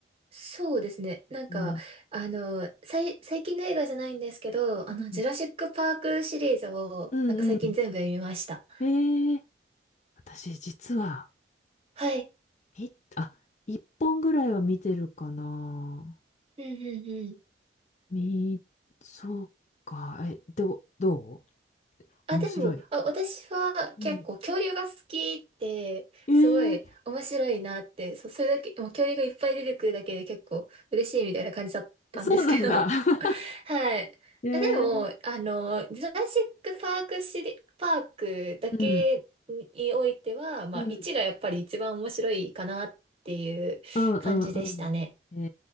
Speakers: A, on the right (about 30°); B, on the left (about 40°).
A: そうですね。なんか、
B: うん、
A: あの、さい、最近の映画じゃないんですけど、
B: うん、
A: あの、ジュラシックパークシリーズを、
B: うん、
A: なんか最近全部見ました。
B: うんえー、私実は、
A: はい。
B: み、あ、一本ぐらいは見てるかな。
A: うんうんうん。
B: み、そうか、え、どう、どう
A: あ、
B: 面白い。
A: でも、あ、私は結構恐竜が好きって、
B: うんえー、
A: すごい面白いなって、そ、それだけ、もう恐竜がいっぱい出てくるだけで結構嬉しいみたいな感じだったんですけど。
B: そうなんだ。<laughs>
A: <laughs> はい。
B: えー、
A: えでも、あの、ジュラシックパークシリ、パークだけにおいては、
B: うん、
A: まあ、
B: うん、
A: 1がやっぱり一番面白いかなっていう感じでしたね。
B: うん、うん、うん。